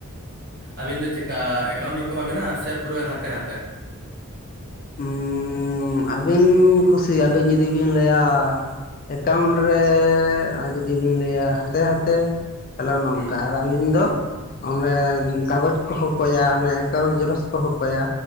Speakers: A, on the right (about 45°); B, on the left (about 40°).
A: ᱟᱵᱤᱱ ᱫᱚ ᱪᱮᱜᱠᱟ ᱮᱠᱟᱣᱩᱱᱴ ᱨᱮᱠᱚ ᱮᱢᱟᱵᱤᱱᱟ ᱥᱮ ᱯᱩᱨᱟᱹ ᱦᱟᱛᱮ ᱦᱟᱛᱮ
B: ᱩᱸ ᱟᱹᱵᱤᱱ ᱠᱩᱥᱤ ᱟᱹᱵᱤᱱ ᱡᱩᱫᱤ ᱵᱤᱱ ᱞᱟᱹᱭᱟ ᱮᱠᱟᱣᱩᱱᱴ ᱨᱮ ᱟᱨ ᱡᱩᱫᱤ ᱵᱤᱱ ᱞᱟᱹᱭᱟ ᱦᱟᱛᱮ ᱦᱟᱛᱮ ᱛᱟᱦᱚᱞᱮ ᱚᱱᱮ
A: ᱦᱩᱸ
B: ᱚᱝᱠᱟ ᱟᱹᱞᱤᱧ ᱫᱚ ᱚᱸᱰᱮ ᱠᱟᱜᱚᱡᱽ ᱠᱚ ᱦᱚᱠᱚᱭᱟ ᱚᱱᱮ ᱮᱠᱟᱣᱩᱱᱴ ᱡᱮᱨᱚᱠᱥ ᱠᱚ ᱠᱚᱠᱚᱭᱟ